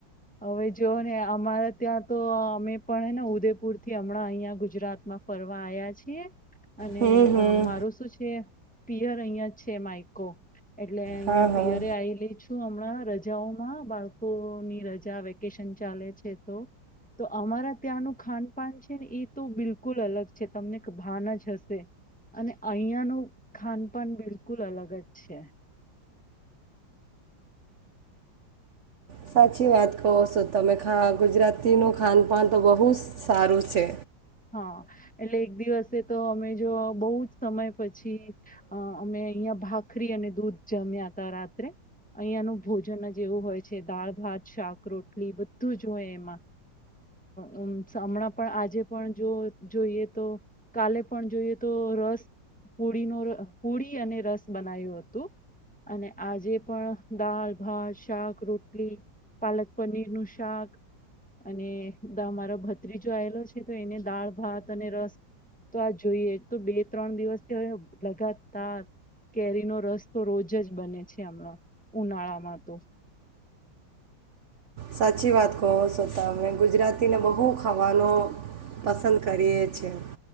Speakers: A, in the centre; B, on the right.
A: હવે જોઓ ને અમારા ત્યાં તો અમે પણ ને ઉદેપુર થી હમણાં અહિયાં ગુજરાતમાં ફરવા આવ્યા છીએ. અને
B: હમ હમ
A: મારું શું છે પિયર અહીંયા જછે, માયકો એટલે અહિયાં
B: હા હા
A: પિયરે આલી છું. હણા રજાઓમાં બાળકોની <unintelligible> જ્યાં વેકેશન ચાલે છે, તો તો અમારા ત્યાંનું ખાનપાન છે ને એ તો બિલકુલ અલગ છે, તમને ભાન જ હશે અને અહીંયાનું ખાનપાન બિલકુલ અલગ જ છે.
B: સાચી વાત કહો છો તમે ખા ગુજરાતીનું ખાનપાન તો બહુ સારું છે.
A: હા એટલે એક દિવસે તો અમે જો બહુ જ સમય પછી અ અમે અહિયાંયા ભાખરી અને દૂધ જમ્યા હતા રાત્રે અહીયાંયાનું ભોજન જે એવું હોય છે, દાળ ભાત શાક રોટલી બધું જ હોય એમાં હમણાં પણ આજે પણ જો જોઈએ તો કાલે પણ જોઈએ તો રસ પુડીનો પુડી અને રસ બનાવું હતું અને આજે પણ દાલ ભાત શાક રોટલી પાલક પનીર નું શાક અને મારો ભત્રીજો આવેલો છે. તો એને દાળ ભાત અને રસ તો આ જોઈએ તો બે ત્રણ દિવસ હવે લગાતા કેરીનો રસ તો રોજ જ બને છે, હમણાં ઉનાળામાં તો
B: સાચી વાત કહો છો તમે ગુજરાતીને બહુ ખાવાનું પસંદ કરીએ છેએ